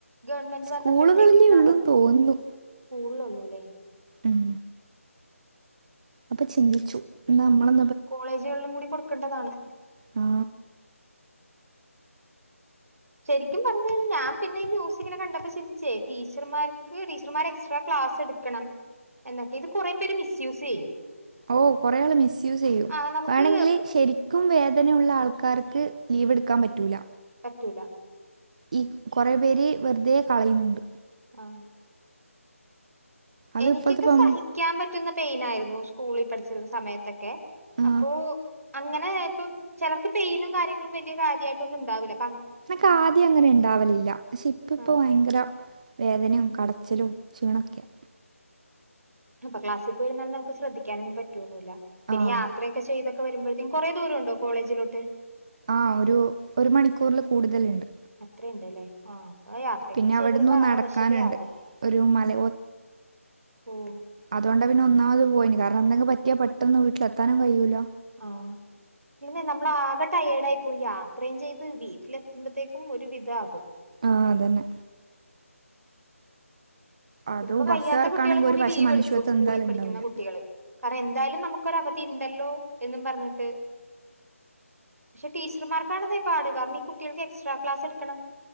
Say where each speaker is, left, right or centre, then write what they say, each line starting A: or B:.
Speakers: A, on the right; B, on the right.
A: ഗവൺമെന്റ്
B: സ്കൂളുകളിലേ
A: വന്നപ്പഴത്തേക്ക് ഇങ്ങനെ
B: ഉള്ളൂ
A: അവധി
B: തോന്നുന്നു
A: സ്കൂളില് ഒന്നും ഇല്ലേ
B: ഉം അപ്പൊ ചിന്തിച്ചു ഇന്ന് നമ്മള്
A: കോളേജുകളിലും കൂടി കൊടുക്കണ്ടതാണ്
B: ആ
A: ശരിക്കും പറഞ്കഴിഞ്ഞാ ഞാ പിന്നെ ന്യൂസ് ഇങ്ങനെ കണ്ടപ്പോ ചിന്തിച്ചേ - ടീച്ചർമാർക്ക് ടീച്ചർമാർ എക്സ്ട്രാ ക്ലാസ് എടുക്കണം എന്നാക്കെ ഇത് കൊറേ പേര് മിസ് യൂസ് ചെയ്യും
B: ഓഹ് കൊറേ ആൾ മിസ് യൂസ് ചെയ്യും
A: ആ നമുക്ക്
B: വേണെങ്കില് ശരി ക്കും വേദനയുള്ള ആൾക്കാർക്ക് ലീവെടുക്കാൻ പറ്റൂല്ല
A: പറ്റൂല
B: ഈ കൊറേ പേര് വെറുതെ കളയുന്നുണ്ട്
A: ആഹ്
B: അത്
A: എനിക്കൊക്കെ
B: ഇപ്പോഴത്തെ പെൺ
A: സഹിക്കാൻ പറ്റുന്ന പെയിനായിരുന്നു സ്കൂളിൽ പഠിച്ചിരുന്ന സമയത്തൊക്കെ
B: ആ
A: അപ്പോ അങ്ങനെ ആയപ്പൊ ചെലർക്ക് പെയിനും കാര്യങ്ങളും വല്യ കാര്യമായിട്ടൊന്നും ഉണ്ടാവുല
B: എനക്ക് ആദ്യം അങ്ങനെ ഇണ്ടാവലില്ല പക്ഷെ ഇപ്പ ഇപ്പ
A: ആ
B: ഭയങ്കരം- വേദനേം കടച്ചിലും ക്ഷീണൊക്കെയാ
A: ഇപ്പ ക്ലാസിപൊയി ഇരുന്നാലും നമുക്ക്‌ ശ്രദ്ധിക്കാനും ഒന്നും പറ്റുവൊന്നുവില്ല പിന്നെ
B: ആ
A: യാത്രയൊക്കെ ചെയ്തൊക്കെ വരുമ്പോഴത്തേക്കും കൊറേ ദൂരം ഉണ്ടോ കോളേജിലോട്ട്
B: ആഹ് ഒരു ഒരു മണിക്കൂറിൽ കൂടുതല് ഇണ്ട്.
A: അത്ര ഇണ്ട് ഇല്ലേ ആഹ് ആ യാത്രയും
B: പിന്നെ
A: കൂടി ചെയ്തു
B: അവിടുന്ന്
A: വേരുമ്പോ ആകെ
B: നടക്കാനുണ്ട്
A: അവശ്യതയാകും
B: ഒരു മല
A: ഉം
B: അതൊണ്ടാ പിന്നെ ഒന്നാമത് പോയീന് കാരണം എന്തെങ്കിലും പറ്റിയാ പെട്ടെന്ന് വീട്ടിലെത്താനും കയ്യൂല
A: ആഹ് പിന്നെ നമ്മള് ആകെ റ്റയേട് ആയിപോയി യാത്രയും ചെയ്ത് വീട്ടിലെത്തുമ്പോഴത്തേക്കും- ക്കും ഒരു വിധം ആകും.
B: ആഹ് അത് തന്നെ അതോ
A: ഇതിപ്പൊ വയ്യാത്ത
B: ബസ്സുകാർക്കാണെങ്കിൽ
A: കുട്ടികളും കൂടി
B: ഒരു പക്ഷെ
A: ലീവെടുക്കും
B: മനുഷ്യത്വം
A: സ്കൂളിൽ
B: എന്തായാലും
A: പഠിക്കുന്ന
B: ഉണ്ടാവില്ല
A: കുട്ടികള് കാരണം എന്തായാലും നമുക്കൊരവധി ഇണ്ടല്ലോ എന്നും പറഞ്ഞിട്ട് പക്ഷേ ടീച്ചർമാർക്കാണെന്നേ പാട് കാരണം ഈ കുട്ടികൾക്ക് എക്സ്ട്രാ ക്ലാസ് എടുക്കണം.